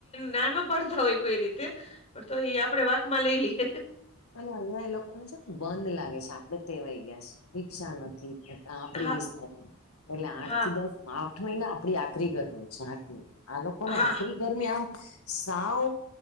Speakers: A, on the left; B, on the left.
A: ના ના પાડતા હોય કોઈ રીતે પણ તો એ આપડે વાક માં લઈ લઈએ.
B: અને અહિયાં એ લોકોને છેને બંધ લાગે છે આપડે તેવાઈ ગયા છે રિક્ષા નથી. આપડી
A: હા
B: વિસ્તારમાં એટલે આઠ
A: હા
B: થી દસ આઠ મહિના આપડી આખરી ગરમી છે આઠ મહિના. આ લોકો ને
A: હા
B: આખરી. ગરમી આમ સાવ